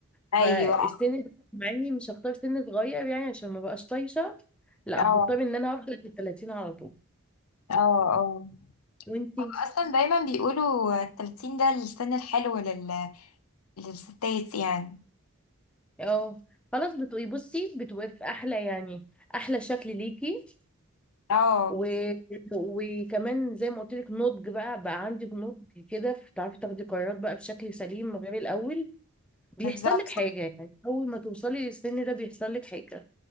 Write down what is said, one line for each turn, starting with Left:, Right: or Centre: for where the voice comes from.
Left: ايوه
Centre: فالسن
Left: اه
Centre: ده معني مش هختار سن صغير يعني عشان ما بقاش طايشه لا
Left: اه
Centre: هختار ان انا هفضل في ال 30 على طول
Left: اه آه.
Centre: وانتي
Left: اصلا دايما بيقولوا التلاتين ده السن الحلو لل... للستات يعني
Centre: اه خلاص بتبقي بصي بتبقي في احلى يعني احلى شكل ليكي
Left: اه
Centre: و... وكمان زي ما قلت لك نضج بقى بقى عندك نضج كده بتعرفي تاخدي قرارات بقى بشكل سليم من غير الاول بيحصل
Left: بالظبط
Centre: لك حاجه يعني اول ما توصلي للسن ده بيحصل لك حاجه